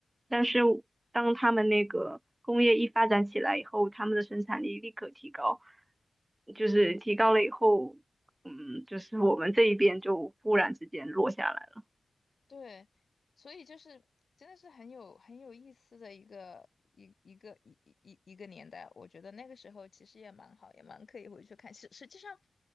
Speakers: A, on the right (about 25°); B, on the left (about 55°).
A: 但是当他们那个工业一发展起来以后，他们的生产力立刻提高，就是提高了以后，嗯，就是我们这一边就忽然之间落下来了。
B: 对，所以就是真的是很有很有意思的一个一一个一一一一个年代，我觉得那个时候其实也蛮好，也蛮可以回去看。实实际上，